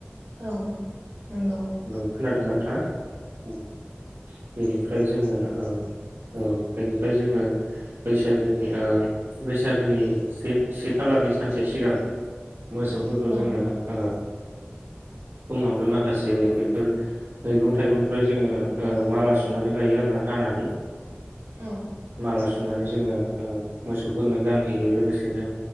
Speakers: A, on the right; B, on the right.
A: औ नंगौ
B: औ खोनादोंना नोंथाङा औ बेनिफ्राय जोङो ओ औ बेनिफ्राय जोङो बैसागोनि ओ बैसागोनि से से खालारनि सानसे सिगां मोसौफोरखौ
A: औ
B: जोङो ओ फुङावनो माखासे बेफोर मैगं थाइगंनिफ्राय जोङो ओ माला सुनानै लायो आरो ना हानानै
A: औ
B: माला सुनानै जोङो ओ मोसौफोरनो गानहोयो लोगोसेनो